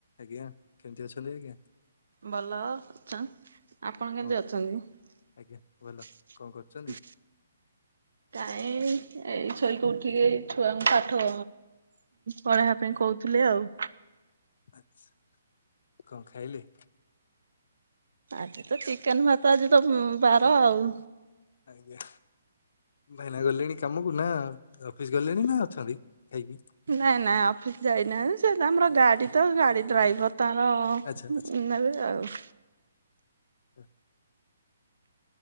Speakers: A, on the left; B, on the right.
A: ଆଜ୍ଞା କେମିତି ଅଛନ୍ଥି ଆଜ୍ଞା?
B: ଭଲ ଅଛ ଆପଣ କେମିତି
A: କଣ
B: ଅଛନ୍ତି?
A: ଆଜ୍ଞା ଭଲ କଣ କରୁଛନ୍ତି?
B: କାଇଁ ଏଇ ଛଇକୁ ଉଠିକିଇ ଛୁଆଙ୍କୁ କାଠ ପଢେଇବା ପାଇଁ କହୁଥିଲେ ଆଉ।
A: ଆଛା କଣ ଖାଇଲେ?
B: ଆଜି ତ ଚିକେନ ଭାତ ଆଜି ତ ବାର ଆଉ।
A: ଆଜ୍ଞା ଭାଇନା ଗଲେଣି କାମକୁ ନା ଅଫିସ ଗଲେଣି ନା ଅଛନ୍ତି ଖାଇକି?
B: ନାଇଁ ନାଇଁ ଅଫିସ ଯାଇନାହିଁ ସେ ଆମର ଗାଡି ତ ଗାଡି ଡ୍ରାଇଭର ତର
A: ଆଚ୍ଛା ଆଚ୍ଛା
B: ନେବେ ଆଉ
A: <inaudible>